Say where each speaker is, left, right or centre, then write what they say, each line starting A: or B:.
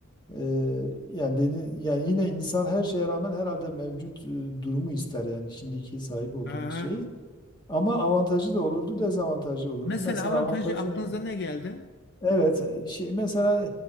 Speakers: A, on the left; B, on the left.
A: Eee, yani dedi, yani yine insan her şeye rağmen herhalde mevcut e, durumu ister yani şimdiki sahip olduğumuz
B: Aha.
A: şeyi. Ama avantajı da olurdu, dezavantajı olurdu.
B: Mesela
A: Mesela
B: avantajı
A: avantajı
B: aklınıza ne geldi?
A: evet e, şey mesela